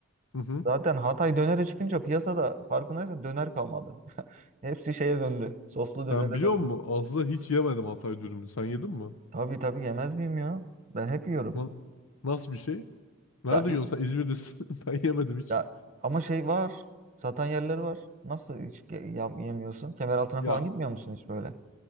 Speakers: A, on the left (about 80°); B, on the right (about 35°).
A: Hı hı
B: Zaten Hatay dönere çıkınca piyasada farkındaysan döner kalmadı. <laughs> Hepsi şeye döndü. Soslu dönere
A: Ben biliyor
B: döndü.
A: musun? Aslında hiç yemedim Hatay dürümü. Sen yedin mi?
B: Tabii tabii yemez miyim ya? Ben hep yiyorum.
A: Na- nasıl bir şey? Nerede
B: Ya, i-
A: yiyorsun? Sen İzmir'desin. <laughs> Ben yemedim hiç.
B: ya ama şey var. Satan yerleri var. Nasıl hiç ge- yam- yemiyorsun? Kemeraltına
A: Ya
B: falan gitmiyor musun hiç böyle?